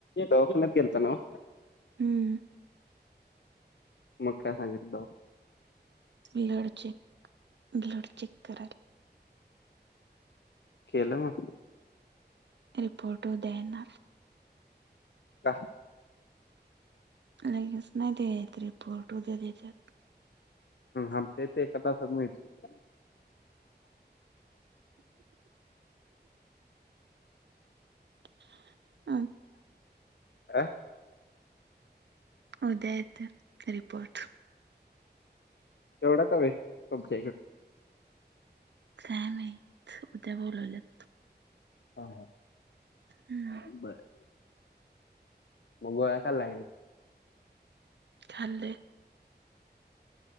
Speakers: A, on the left; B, on the right.
A: दवाखान्यात गेलातानवं.
B: हम्म
A: मग काय सांगितलं दवाखान्यात?
B: ब्लड चेक ब्लड चेक कराय
A: केलं म
B: रिपोर्ट उद्या येणार.
A: का?
B: लगेच नाही देेत रे रिपोर्ट ते.
A: आमच्या इथं एका तासात मिळतं.
B: <unintelligible>
A: अ
B: उद्या येतील रिपोर्ट.
A: एवढा का वेळ तुमच्या इकडे.
B: काय माहित उद्या बोलवलंय.
A: ह ह.
B: हम्.
A: बरं. म गोळ्या खाल्ल्या की नाय.
B: खाल्ले.